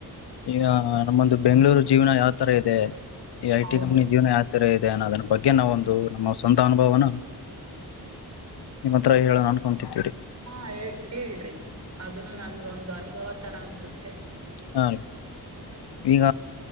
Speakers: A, on the left; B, on the right.
A: ಈಗ ನಮ್ಮೊಂದು ಬೆಂಗ್ಳೂರು ಜೀವನ ಯಾವ್ ತರ ಇದೆ ಈ ಐಟಿ
B: ಹೌದು
A: ಕಂಪನಿ ಜೀವನ ಯಾವ್ ತರ ಇ ನಾನ ಅದನ್ನ ಬಗ್ಗೆ ನಾವ ಒಂದು ನಮ್ಮ ಸ್ವಂತ ಅನುಭವನ ನಿಮ್ಮ ಹತ್ರ ಹೇಳೋಣ ಅನ್ಕೊತಿದವಿ
B: ಹಾ ಹೇಳ್ ಹೇಳ್ರಿ ಅದನು ನನ್ಗೊಂದು ಅನುಭವ ತರ ಅನ್ಸುತ್ತೆ
A: ಹಾ ಈಗ